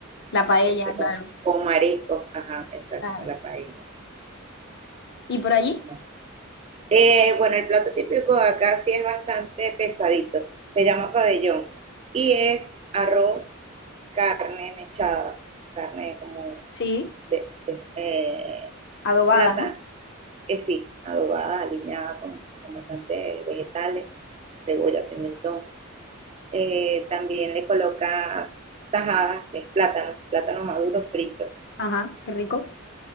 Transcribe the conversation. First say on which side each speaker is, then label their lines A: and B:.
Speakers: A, on the left; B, on the right.
A: la paella,
B: este, con,
A: claro.
B: con mariscos, ajá, exacto,
A: claro.
B: la paella.
A: ¿Y por allí?
B: ¿no? Eh, bueno, el plato típico acá sí es bastante pesadito. Se llama pabellón y es arroz, carne mechada, carne como
A: Sí.
B: de, de- eh,
A: Adobada,
B: plata,
A: ¿no?
B: eh, sí, adobada, aliñada con, con bastantes vegetales, cebolla, pimentón. Eh, también le colocas tajadas, que es plátano, plátano maduro frito.
A: Ajá, qué rico.